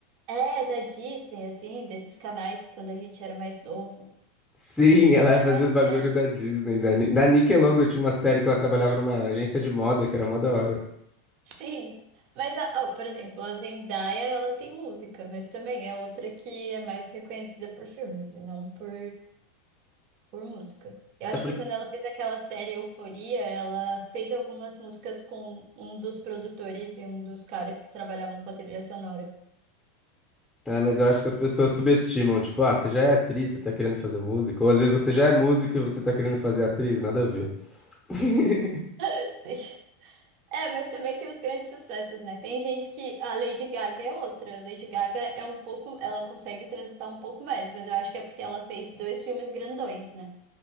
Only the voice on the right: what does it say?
É, da Disney, assim, desses canais quando a gente era mais novo,
que
tinha
as
séries.
<laughs> Sim, mas, a- ó, por exemplo, a Zendaya, ela tem música, mas também é outra que é mais reconhecida por filmes e não por, por música. Eu acho
que quando ela fez aquela série Euforia, ela fez algumas músicas com um dos produtores e um dos caras que trabalhavam com a trilha sonora.
<laughs> Sim. É, mas também tem os grandes sucessos, né? Tem gente que a Lady Gaga é outra. A Lady Gaga é um pouco, ela consegue transitar um pouco mais, mas eu acho que é porque ela fez dois filmes grandões, né?